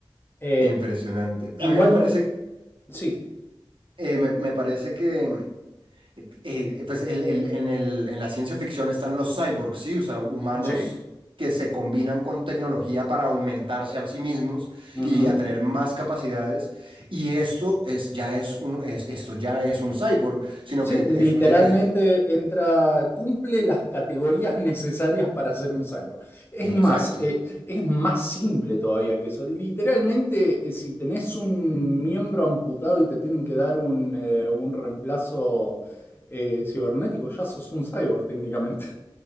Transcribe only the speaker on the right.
Impresionante.
A mí me parece,
eh, me, me parece que eh, eh, pues el- el- en el- en la ciencia ficción están los cyborgs, ¿sí? O sea, humanos
que se combinan con tecnología para aumentarse a sí mismos
y a tener más capacidades. Y esto es, ya es un, es- esto ya es un cyborg, sino
que
es, es- es-
Exacto.